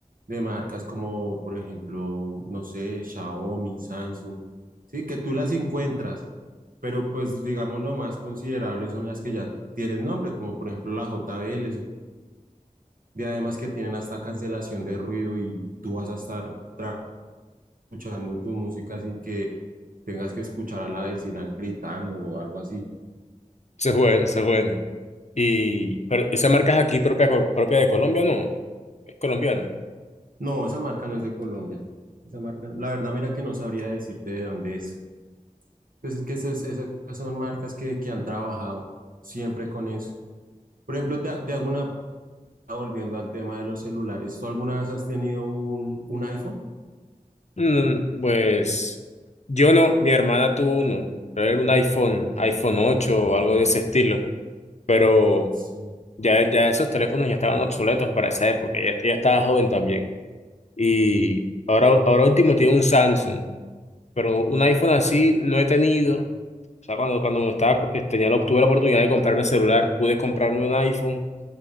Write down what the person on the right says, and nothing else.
de marcas como por ejemplo, no sé, Xiaomi, Samsung, sí, que tú las encuentras, pero pues digamos lo más considerable son las que ya tienen nombre, como por ejemplo la JBL, de además que tienen hasta cancelación de ruido y tú vas a estar tra- escuchando tu música sin que tengas que escuchar a la vecina gritando o algo así.
No, esa marca no es de Colombia. Esa marca, la verdad, mira que no sabría decirte de dónde es. Pues es que esas, esas son marcas que, que han trabajado siempre con eso. Por ejemplo, te, te hago una, volviendo al tema de los celulares. ¿Tú alguna vez has tenido un, un iPhone?
Sí.